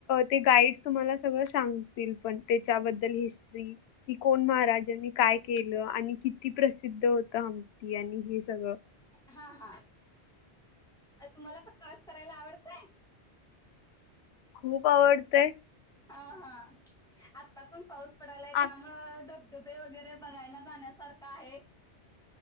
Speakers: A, on the left; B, in the centre.
A: ते गाईड्स तुम्हाला सगळं सांगतील पण त्याच्याबद्दल हिस की कोण महाराजांनी काय केलं आणि किती प्रसिद्ध होत हमती आणि हे सगळं.
B: हा हा तुम्हाला पण प्रवास करायला आवडतय.
A: खूप आवडतय.
B: हा हा आता पण पाऊस पडालाय
A: आ
B: त्यामूळ धाब डुबे वगैरे बघायला जाण्यासारखा आहे.